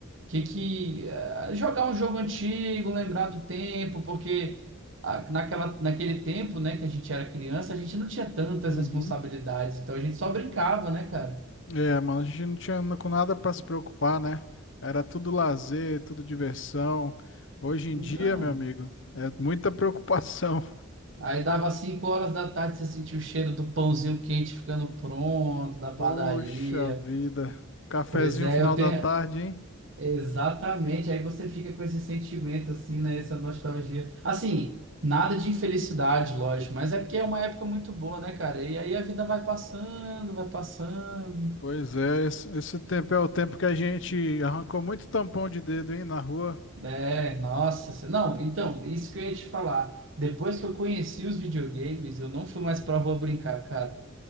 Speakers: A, on the right; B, on the left.
A: que, que eh, jogar um jogo antigo, lembrar do tempo, porque ah, naquela, naquele tempo, né, que a gente era criança, a gente não tinha tantas
B: Uhum.
A: responsabilidades, então a gente só brincava, né, cara?
B: É, mano, a gente não tinha na- com nada pra se preocupar, né? Era tudo lazer, tudo diversão. Hoje em
A: Então,
B: dia, meu amigo, é muita preocupação.
A: aí dava 5 horas da tarde, você sentia o cheiro do pãozinho quente ficando pronto,
B: <laughs>
A: da
B: Poxa
A: padaria.
B: vida. Cafezinho
A: Pois é,
B: final
A: eu tenho,
B: da tarde, hein?
A: Exatamente, aí você fica com esse sentimento assim, né, essa nostalgia. Assim, nada de infelicidade, lógico, mas é porque é uma época muito boa, né, cara? E aí a vida vai passando, vai passando.
B: Pois é, esse, esse tempo é o tempo que a gente arrancou muito tampão de dedo, hein, na rua.
A: É, nossa, se- não, então, isso que eu ia te falar. Depois que eu conheci os videogames, eu não fui mais pra rua brincar, cara.